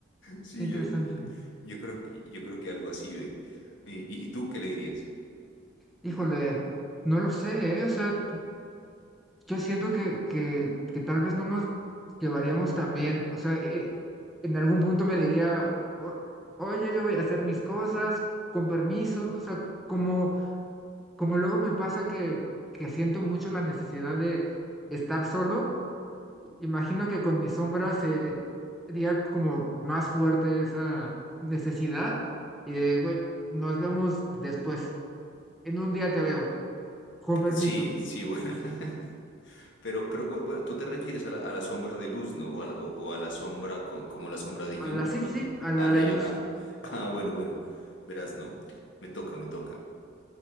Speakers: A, on the left; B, in the centre.
A: Sí,
B: qué interesante.
A: yo, yo creo, yo creo que algo así, ve. ¿Y, y- y tú qué le dirías?
B: Híjole, no lo sé, ¿eh? O sea, yo siento que, que, que tal vez no nos llevaríamos tan bien. O sea, eh, en algún punto me diría, "O- oye, yo voy a hacer mis cosas con permiso, o sea, como como luego me pasa que, que siento mucho la necesidad de estar solo, imagino que con mis sombras se- sería como más fuerte esa necesidad y de, güey, nos vemos después. En un día te veo, con permiso.
A: Sí, sí, bueno, <laughs> pero, pero bu- bueno, tú te refieres a la, a la sombra de luz, ¿no? O a la, o- o a la sombra co- como la sombra de Jung,
B: A la, sí,
A: no,
B: sí, sí,
A: no.
B: a la
A: Ah, ya,
B: de
A: ya,
B: luz.
A: ah, <laughs> Ah, bueno, bueno, verás, ¿no? Me toca, me toca.